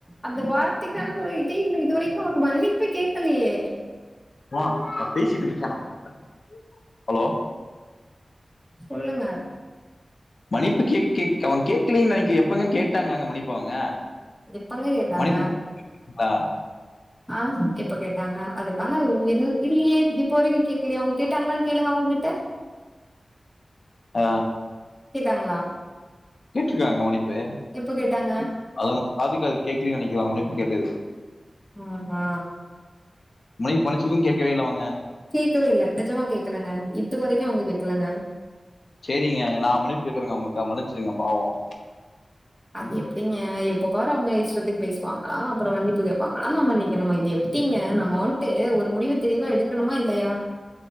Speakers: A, in the centre; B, on the left.
A: அந்த வார்த்தைக்கான ஒரு இதே இல் இது வரைக்கு ஒரு மன்னிப்பே கேட்க கலியே
B: மா நா பேசிட்டு இருக்க ஹலோ
A: சொல்லுங்க
B: மன்னிப்பு கே கே அவங்க கேட்கலன்னு நினைக்க எப்பங்க கேட்டாங்களாங்க மன்னிப்பு அவங்க
A: ஏப்பங்க கேட்டாங்க
B: மன்னிப்பு ஆ,
A: ஆ எப்ப கேட்டாங்க அதுக்கான இது இல்லையே இப்போ வரைக்கு கேட்கலையே அவங்க கேட்டாங்களான்னு கேளுங்க அவங்க கிட்ட
B: ஆ
A: கேட்டாங்களா
B: கேட்டுருக்காங்க மன்னிப்பு
A: எப்ப கேட்டாங்க
B: அத பாது கா கேட்கலன்னு நினைக்கலா அவங்க மன்னிப்பு கேட்டது
A: ஆ அ
B: மை மன்ச்சுக்கோ கேட்கவே இல்ல அவங்க
A: கேட்கவே இல்ல நிஜமா கேடக்கலங்க இது வரைக்கு அவங்க கேக்கலங்க
B: சரிங்க நான் மன்னிப்பு கேட்கறேங்க அவங்களுக்கு மன்னிச்சிருங்க பாவம்
A: அது
B: ம்
A: எப்படிங்க எப்போ ரு அவங்க இஷ்டத்துக்கு பேசுவாங்களா அப்புறம் மன்னிப்பு கேட்பாங்களா நா மணிக்கணுமா இது எப்படிங்க நா மான் ட்டு ஒரு முடிவு தெளிவா எடுக்கணுமா இல்லையா